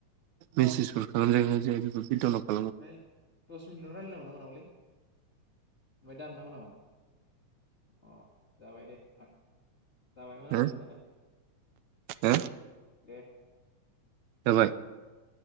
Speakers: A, on the right (about 80°); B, on the left (about 25°).
A: मसेसफोर खालामजागोन जा बेखौ बिदाव <unintelligible>
B: है दसमन ल रायलाय नंगौ ना मानांगौलै <unintelligible> ओमफ्राय दाननांगौ नामा अ जाबाय दे होमबा <unintelligible> जाबायमोन
A: हो
B: आंनाबो जानाय
A: हो
B: दे
A: जाबाय